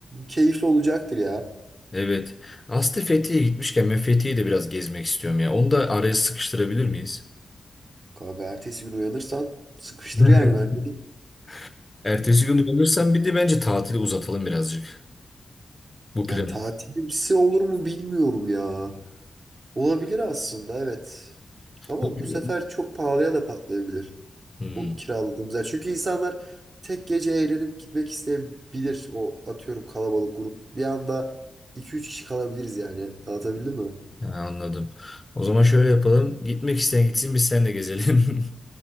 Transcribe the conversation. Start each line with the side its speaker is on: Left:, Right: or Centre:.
Right: keyifli olacaktır ya.
Left: Evet. Aslı Fethiye'ye gitmişken ben Fethiye'yi de biraz gezmek istiyorum ya. Onu da araya sıkıştırabilir miyiz?
Right: Kanka ertesi gün uyanırsan sıkıştır
Left: <laughs>
Right: yani ben de diyeyim.
Left: Ertesi gün dönürsem bir de bence tatili uzatalım birazcık. Bu plan.
Right: Yani tatilimsi olur mu bilmiyorum ya. Olabilir aslında evet. Ama
Left: Bu plan.
Right: bu sefer çok pahalıya da patlayabilir.
Left: Hmm,
Right: O kiraladığımız yer. Çünkü insanlar tek gece eğlenip gitmek isteyebilir. O atıyorum kalabalık grup. Bir anda iki üç kişi kalabiliriz yani. Anlatabildim mi?
Left: ha, anladım. O zaman şöyle yapalım. Gitmek isteyen gitsin biz seninle gezelim. <laughs>